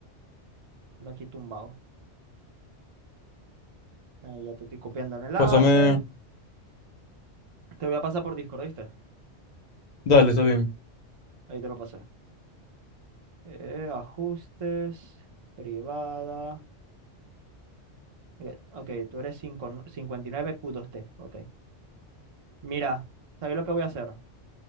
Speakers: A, on the right (about 60°); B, on the left (about 55°).
A: Ando aquí tumbado. Eh, ya te estoy copiando el enlace.
B: Pásame.
A: Te lo voy a pasar por Discord, ¿viste?
B: Dale, está bien.
A: Ahí te lo pasé. Eh, ajustes, privada. Eh, Ok, tú eres cinco cincuenta, y nueve q dos t Ok. Mira, ¿sabes lo que voy a hacer?